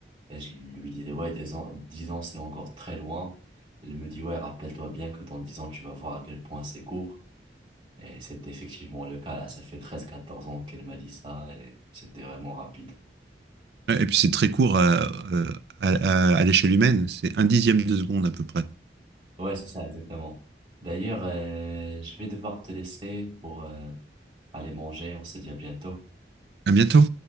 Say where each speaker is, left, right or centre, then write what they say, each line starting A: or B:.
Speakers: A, on the right; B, on the right.
A: Et je lui disais, ouais, 10 ans, 10 ans, c'est encore très loin. Elle me dit, ouais, rappelle-toi bien que dans 10 ans, tu vas voir à quel point c'est court. Et c'était effectivement le cas, là, ça fait treize quatorze ans qu'elle m'a dit ça et c'était vraiment rapide.
B: Ouais, Et puis c'est très court à, euh, à- à- à l'échelle humaine, c'est un dixième de seconde à peu près.
A: Ouais, c'est ça, exactement. D'ailleurs, euh, je vais devoir te laisser pour euh, aller manger, on se dit à bientôt.
B: À bientôt.